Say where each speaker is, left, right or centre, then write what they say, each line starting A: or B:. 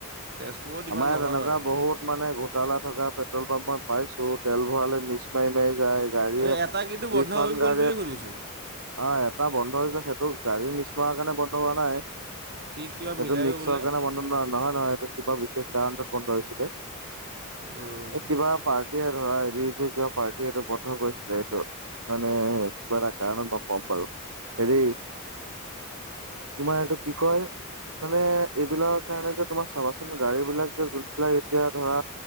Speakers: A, on the right; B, on the right.
A: তেজপুৰত ইমান
B: আমাৰ ইয়াত
A: নহয়
B: তেনেকুৱা
A: বাৰু
B: বহুত মানে ঘোটালা থকা পেট্ৰল পাম্প মই পাইছো তেল ভৰালেৈ মিক্স মাৰি মাৰি যায়। গাড়ীয়ে
A: এই এটা কিন্তু বন্ধ
B: যিখন
A: হৈ গ'ল
B: গাড়ীয়ে
A: বুলি শুনিছোঁ
B: অ এটা বন্ধ হৈছে সেইটো গাড়ী মিছ মৰাৰ কাৰণে বন্ধ হোৱা নাই।
A: সি কিবা
B: সেইটো
A: মিলায়ো
B: মিক্সৰ
A: বোলে
B: কাৰণে বন্ধ নয়হ নহয় নহয় এইটো কিবা বিশেষ কাৰণটোত বন্ধ হৈছিলে।
A: উম,
B: এ কিবা পাৰ্টি ধৰা হেভি হেভি কেঅ পাৰ্টীয়ে এইটো বন্ধ কৰিছিলে এইটো মানে কিবা এটা কাৰণত মই ক'ম বাৰু। হেৰি তোমাৰ এইটো কি কয়, মানে এইবিলাক কাৰণে যে তোমাচ চাবাচোন গাড়ী বিলাক যে যোনবিলাক এতিয়া ধৰা